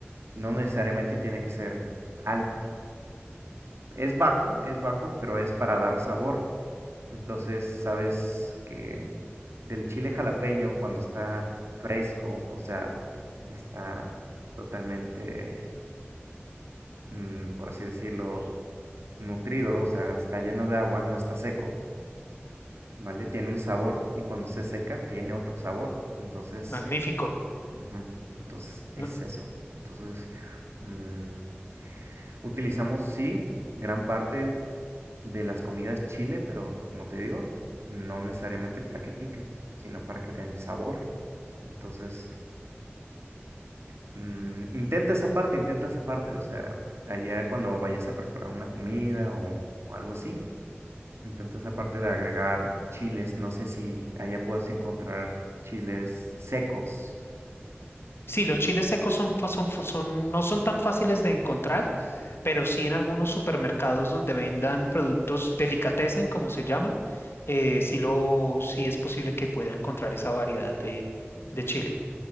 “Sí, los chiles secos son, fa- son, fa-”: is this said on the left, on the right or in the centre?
Left